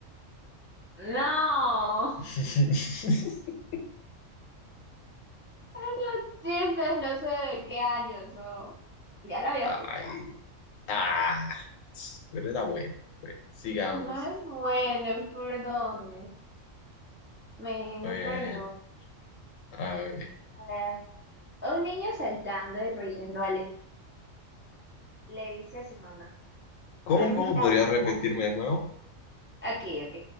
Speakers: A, on the right; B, on the left.
A: No,
B: <laughs>
A: esos chistes no sé de qué año son. Ya lo había escuchado.
B: Ay, ah, pero era bueno. Bueno, sigamos.
A: No es bueno, ¿por dónde? Me, me
B: Bueno,
A: cayó.
B: a ver.
A: A ver. Un niño saltando y riendo ale- le dice a su mamá,
B: ¿Cómo,
A: mamita,
B: cómo podría
A: mamita.
B: repetirme de nuevo?
A: Aquí, ok.